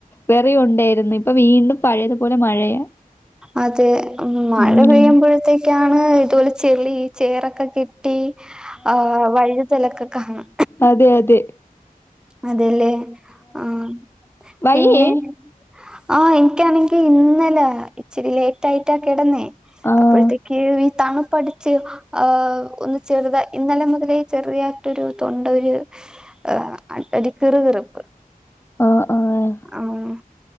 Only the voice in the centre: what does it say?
അതെ ഉം മഴ
പെയ്യുമ്പഴത്തേ ക്ക്യാണ് ഇതുപോലെ ചെളി ചേറൊക്കെ കെട്ടി ആഹ് വഴുതലൊക്കെ കാണാ
അതെല്ലേ ആഹ്
പിന്നെ ആഹ് എനിക്ക്യാണെങ്കി ഇന്നലെ ഇച്ചിരി ലേറ്റായിറ്റാ കെടന്നേ
അപ്പഴത്തേ <unintelligible> തണുപ്പടിച്ച് ആഹ് ഒന്ന് ചെറുതാ ഇന്നലെ മുതലേ ചെറിയായിട്ടൊരു തൊണ്ട ഒരു ഏഹ് അ ഒരു കിറു കിറുപ്പ്
ആഹ്